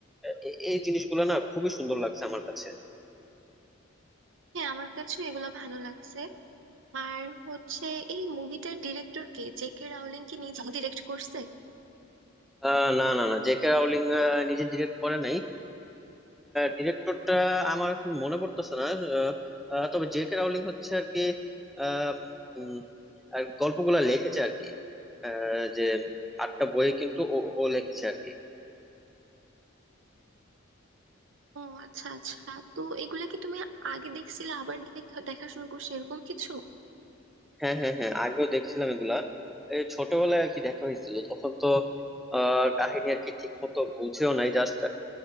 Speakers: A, in the centre; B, on the right (about 65°).
A: আহ, এ- এই জিনিসগুলো না খুবই সুন্দর লাগছে আমার কাছে
B: হ্যাঁ আমার কাছে এগুলো ভালো লাগছে আর হচ্ছে এই মুভিটার ডিরেক্টর কে জে কে রাউলিং কি নিজে ডিরেক্ট করছে
A: আহ, না না না জেকে রাউলিং আহ, নিজে ডিরেক্ট করে নাই ডিরেক্টরটা আমার এখন মনে পড়তেছে না আহ, আহ, তবে জেকে রাউলিং হচ্ছে আর কি আহ, উম, আর গল্পগুলা লিখেছে আর কি আহ, যে আটটা বই কিন্তু ও ও লিখেছে আর কি
B: ও আচ্ছা আচ্ছা তো এগুলা কি তুমি আগে দেখছিলে আবার দেখা দেখা শুরু করছো এরকম কিছু
A: হ্যাঁ হ্যাঁ হ্যাঁ আগেও দেখছিলাম এগুলা এই ছোটবেলায় আর কি দেখা হয়েছিল তখন তো আহ কাহিনী আর কি ঠিক মতো বুঝেও নাই জাস্ট